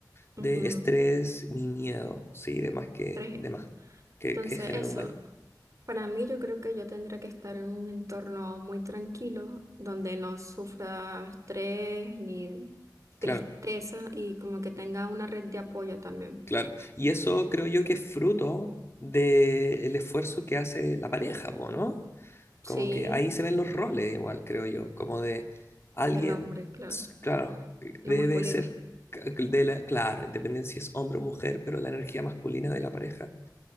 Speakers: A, on the left; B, on the right.
A: de
B: ujú,
A: estrés, mi miedo, sí, de más que,
B: Tres.
A: de más, que,
B: Entonces,
A: que genera
B: eso.
A: un daño.
B: Para mí, yo creo que yo tendría que estar en un entorno muy tranquilo, donde no sufra estrés ni tristeza
A: Claro.
B: y como que tenga una red de apoyo también.
A: Claro, y eso creo yo que es fruto del esfuerzo que hace la pareja, po, ¿no? Como
B: Sí,
A: que ahí se ven los roles igual, creo yo, como de alguien,
B: del hombre, claro,
A: s- claro, que
B: lo
A: debe
B: masculino.
A: ser, c- de la, claro, independiente si es hombre o mujer, pero la energía masculina de la pareja